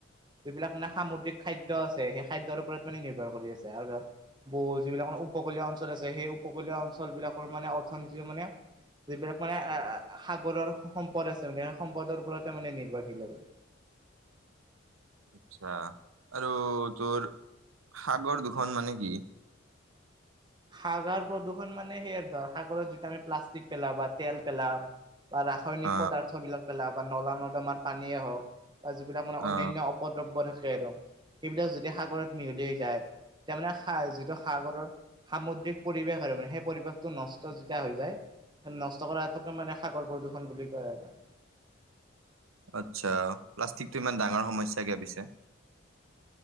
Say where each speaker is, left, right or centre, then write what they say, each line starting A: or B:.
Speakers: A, on the right (about 20°); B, on the right (about 90°).
A: যিবিলাক মানে সামুদ্ৰিক খাদ্য আছে সেই খাদ্যৰ ওপৰত মানে নিৰ্ভৰ কৰি আছে আৰু ধৰ বৌ যিবিলাক মা উপকূলীয় অঞ্চল আছে সেই উপকূলীয় অঞ্চল বিলাকৰ মানে অৰ্থনীতি মানে যিবিলাক মানে আহ সাগৰৰ সম্পদ আছে মানে সেই সম্পদৰ ওপৰতে মানে নিৰ্ভৰশীল আৰু।
B: <unintelligible> আচ্ছা আৰু তোৰ সাগৰ দুখন মানে কি?
A: সাগৰ প্ৰদূষণ মানে সেইয়া আৰু ধৰ সাগৰত যিটো আমি প্লাষ্টিক পেলাওঁ বা তেল পেলাওঁ বা ৰাসায়নিক
B: অ
A: পদাৰ্থ বিলাক পেলা বা নলা নৰ্দমাৰ পানীয়ে হওক ত যিবিলাক মানে অন্যান্য
B: অ
A: অপদ্ৰব্য থাকে আৰু সেইবিলাক যদি সাগৰত মিহলি হৈ যায় তেতিয়া মানে স যিটো সাগৰৰ সামুদ্ৰিক পৰিৱেশ আৰু মানে সেই পৰিৱেশটো নষ্ট যেতিয়া হৈ যায় নষ্ট কৰাটোকে মানে সাগৰ প্ৰদূষণ বুলি কয় আৰু।
B: আচ্ছা, প্লাষ্টিকটো ইমান ডাঙৰ সমস্যা কিয় পিছে?